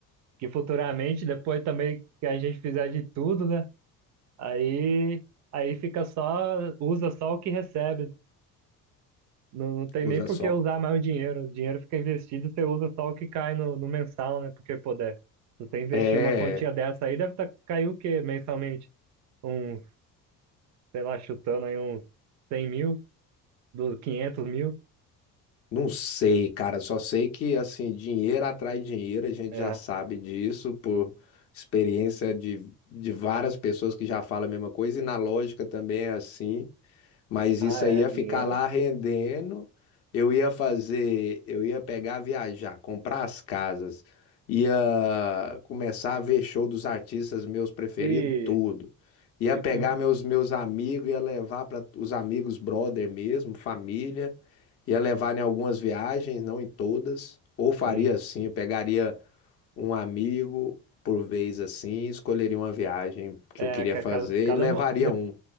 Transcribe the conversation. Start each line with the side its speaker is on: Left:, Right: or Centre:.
Right: Que futuramente, depois também que a gente fizer de tudo, né? Aí, aí fica só, usa só o que recebe. Não, não tem
Left: Usa
Right: nem por
Left: só.
Right: que usar mais o dinheiro. O dinheiro fica investido, você usa só o que cai no, no mensal, né? Porque poder. Se você investir
Left: É,
Right: uma quantia dessa aí, deve tá, cair o quê mensalmente? Uns, sei lá, chutando aí uns 100 mil, do- quinhentos mil.
Left: não sei, cara. Só sei que assim, dinheiro atrai dinheiro, a gente
Right: É.
Left: já sabe disso por experiência de, de várias pessoas que já falam a mesma coisa, e na lógica também é assim. Mas
Right: Ah,
Left: isso
Right: é,
Left: aí ia
Right: dinheiro.
Left: ficar lá rendendo. Eu ia fazer, eu ia pegar, viajar, comprar as casas, ia começar a ver show dos artistas meus preferidos,
Right: E,
Left: tudo. Ia
Right: e
Left: pegar
Right: e-
Left: meus meus amigos, ia levar para os amigos brother mesmo, família, ia levar em algumas viagens, não em todas. Ou faria
Right: sim.
Left: assim, eu pegaria um amigo por vez assim, escolheria uma viagem que
Right: É,
Left: eu queria
Right: ca-
Left: fazer
Right: cada, cada,
Left: e levaria
Right: mo- de-
Left: um.